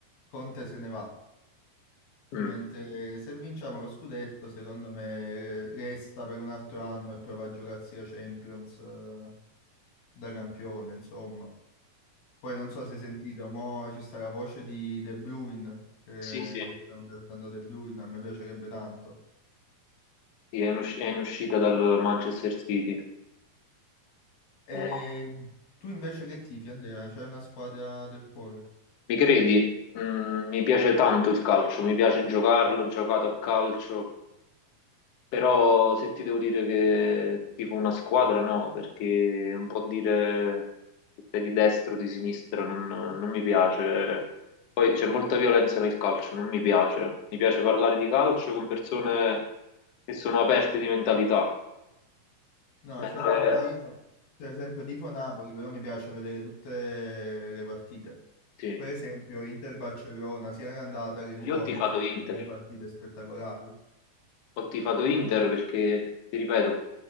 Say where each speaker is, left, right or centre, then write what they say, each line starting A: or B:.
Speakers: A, on the left; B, on the left.
A: Conte se ne va.
B: Mm.
A: Mentre se vinciamo lo scudetto, secondo me resta per un altro anno e prova a giocarsi la Champions eh, da campione, insomma. Poi non so se hai sentito, mo ci sta la voce di De Bruyne, eh,
B: Sì, sì,
A: che stanno trattando De Bruyne, a me piacerebbe tanto.
B: Sì, è in, usci- è in uscita dal Manchester City.
A: E
B: Eh,
A: tu invece che tifi, Andrea? C'è una squadra del cuore?
B: mi credi? Mm, mi piace tanto il calcio, mi piace giocarlo, ho giocato a calcio, però se ti devo dire che tipo una squadra, no, perché un po' dire se sei di destra o di sinistra non, non mi piace. Poi c'è molta violenza nel calcio, non mi piace. Mi piace parlare di calcio con persone che sono aperte di mentalità.
A: No,
B: Mentre...
A: certo, ma io per esempio tifo Napoli, però mi piace vedere tutte le partite.
B: Sì.
A: Per esempio Inter-Barcellona, sia l'andata che il ritorno
B: Io ho tifato
A: sono state
B: Inter,
A: due partite spettacolari.
B: ho tifato Inter perché, ti ripeto,